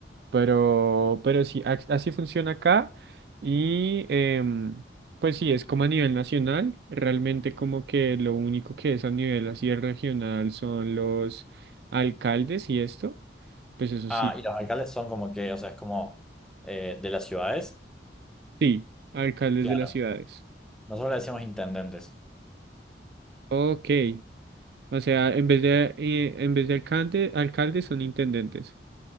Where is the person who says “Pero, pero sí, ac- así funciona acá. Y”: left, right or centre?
Right